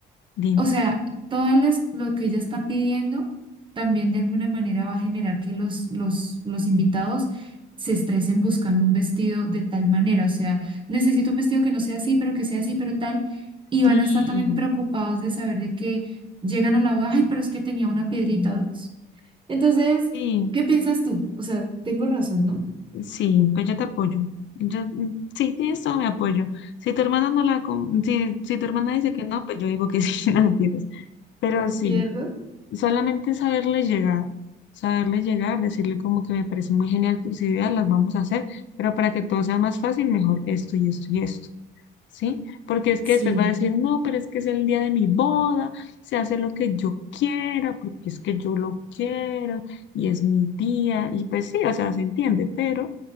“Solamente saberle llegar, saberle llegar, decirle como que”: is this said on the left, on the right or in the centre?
Left